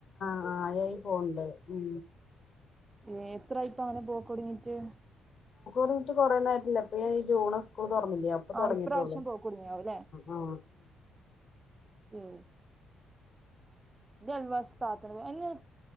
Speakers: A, on the left; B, on the right.
A: ആ ആയായി പോണ്ണ്ട് മ്
B: ഏ എത്ര ഇപ്പ അങ്ങനെ പോ തുടുങ്ങിട്ട്
A: റഞ്ഞിട്ട് കുറേ നോയിട്ടില്ല ഇപ്പൊ ഈ ജൂണ സ്കൂൾ തുറന്നില്ലേ അപ്പൊ
B: ആഹ്
A: തുടങ്ങിട്ടുള്ളൂ
B: ഇപ്രാവശ്യം പോക്ക് കുടുങ്ങിയാവും
A: ഓ
B: ഉം ലവാസത്ത എന്നെ